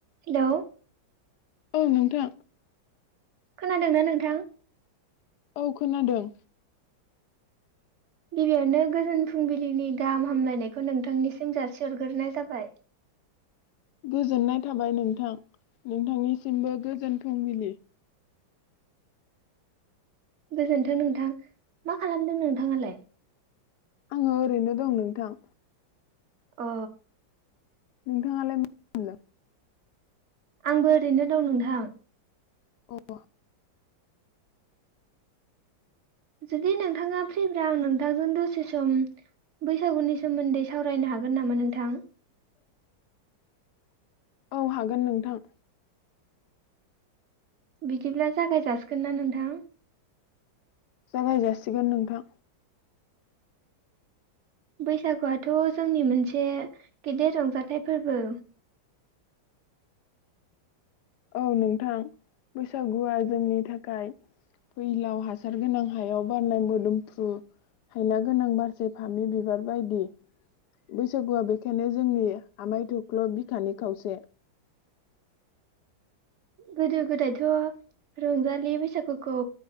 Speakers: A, on the right; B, on the left.
A: Hello
B: औ नोंथां।
A: खोनादोंना नोंथां?
B: औ खोनादों।
A: गिबियावनो गोजोन फुंबिलिनि गाहाम हामलायनायखौ नोंथांनिसिम जासिहरग्रोनाय जाबाय।
B: गोजोननाय थाबाय नोंथां नोंथांनिसिमबो गोजोन फुंबिलि।
A: गोजोन्थों नोंथां मा खालामदों नोंथाङालाय?
B: आङो ओरैनो दं नोंथां।
A: अ
B: नोंथाङालाय मा <unintelligible> दो?
A: आंबो ओरैनो दं नोंथां।
B: अ
A: जुदि नोंथाङा फ्रिब्रा आं नोंथांजों दसे सम बैसागुनि सोमोन्दै सावरायनो हागोन नामा नोंथां?
B: <inaudible> औ हागोन नोंथां।
A: बिदिब्ला जागाय जाासिगोन ना नोंथां?
B: जागाय जासिगोन नोंथां।
A: बैसागुआथ' जोंनि मोनसे गेदेर रंजाथाइ फोरबो।
B: औ नोंथां बैसागुआ जोंनि थाखाय फैलाव हासार गोनां हायाव बारनाय मोदोमफ्रु हायना गोनां बारसे फामि बिबार बायदि। बैसागुआ बेखायनो जोंनि आमाय थख्ल' बिखानि खावसे।
A: गोदो गोदायथ' रंजालि बैसागुखौ